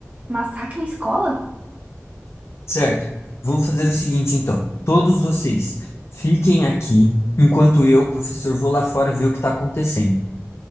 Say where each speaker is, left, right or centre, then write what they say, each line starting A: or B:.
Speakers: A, on the right; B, on the left.
A: massacre em escola?
B: Certo? Vamos fazer o seguinte, então. Todos vocês fiquem aqui, enquanto eu, professor, vou lá fora ver o que tá acontecendo,